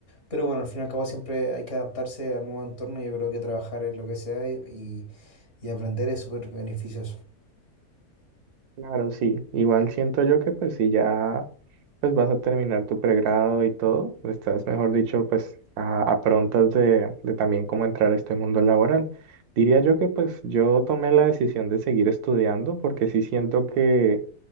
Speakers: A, on the left; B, on the right.
A: Pero bueno, al fin y al cabo siempre hay que adaptarse al nuevo entorno. Yo creo que trabajar en lo que sea y, y- y aprender es súper beneficioso.
B: Claro, sí, igual siento yo que pues si ya pues vas a terminar tu pregrado y todo, estás, mejor dicho, pues a, a prontas de, de también cómo entrar a este mundo laboral. Diría yo que pues yo tomé la decisión de seguir estudiando porque sí siento que